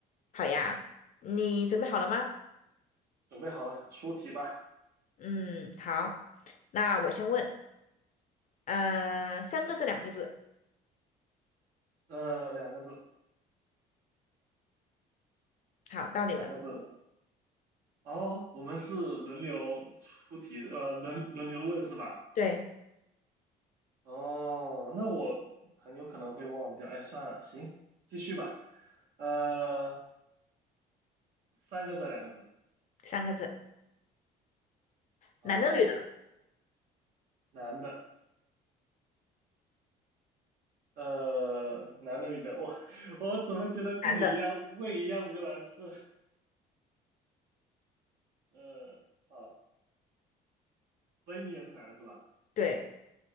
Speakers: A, on the left (about 50°); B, on the right (about 65°).
A: 好呀，你准备好了吗？
B: 准备好了，出题吧。
A: 嗯，好，那我先问，呃，三个字，两个字。
B: 呃，两个字，
A: 好，到你了。
B: 两个字。哦，我们是轮流出题，呃，轮轮流问是吧？
A: 对，
B: 哦，那我很有可能会忘掉。哎，算了，行，继续吧。呃，三个字，两个字。
A: 三个字，
B: 好，
A: 男的，女的，
B: 男的，呃，男的，女的。我 <laughs> 我怎么觉得跟你一样，
A: 男的。
B: 问一样不就完事了？呃，好，所以你也是男的是吧？
A: 对，